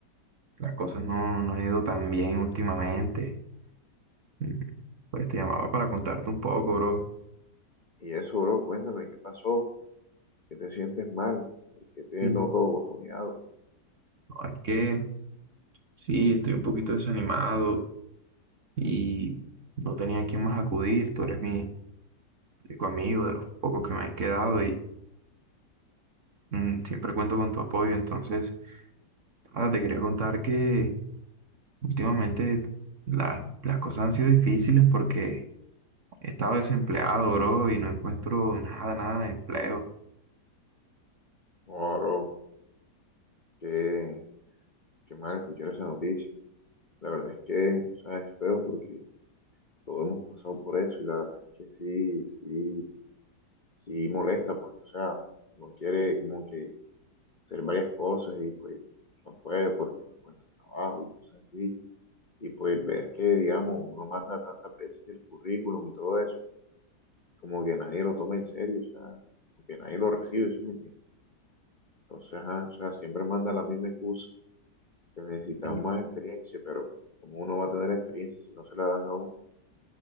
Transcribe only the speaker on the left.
Y eso, bro, cuéntame, ¿qué pasó? ¿Qué te sientes mal? ¿Por qué te
noto bajoneado?
No, bro, qué, qué mal escuchar esa noticia. La verdad es que, o sea, es feo porque todos hemos pasado por eso y la verdad es que sí, sí, sí molesta porque, o sea, uno quiere como que hacer varias cosas y pues no puede porque no encuentra trabajo y cosas así. Y pues ver que, digamos, uno manda tantas veces el currículum y todo eso como que nadie lo toma en serio, o sea, porque nadie lo recibe, ¿sí me entiendes? Entonces, ajá, o sea, siempre manda la misma excusa, que necesitamos
más experiencia, pero como uno va a tener experiencia si no se la dan a uno?